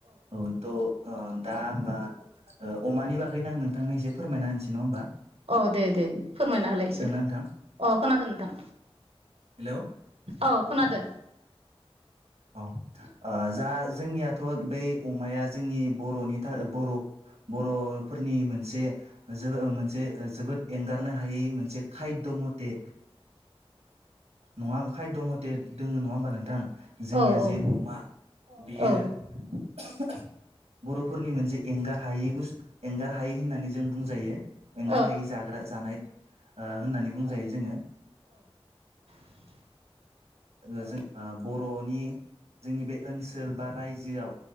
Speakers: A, on the right; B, on the right.
A: औ थ' दा होमबा ओ अमानि बागैनो आं नोंथांनो एसे फोरमायना होनोसै नङाहोमबा।
B: औ दे दे दे फोरमायना हालाय एसे
A: नोंथां
B: अ खोनादों नोंथां।
A: हेलौ
B: औ खोनादो।
A: औ ओ जा जोंनियाथ' बै अमाया जोंनि बर'नि थाखाय बर' बर'फोरनि मोनसे ज ल मोनसे जोबोद एंगारनो हायै मोनसे खायद' मथे नङा खाय' मथे दोङो नङा होमबा नोंथां। जोंनिया
B: औ औ
A: जे अमा बेयो
B: औ
A: अह अह बर'फोरनि मोनसे एंगार हायै बुस् एंगार हायि होननानै जों बुंजायो एंगार
B: औ
A: हायै जाग्रा जानाय ओ होननानै बुंजायो जोङो।
B: <inaudible>
A: ओ जों आ बर'नि जोंनि बे ओनसोल बा रायजोआव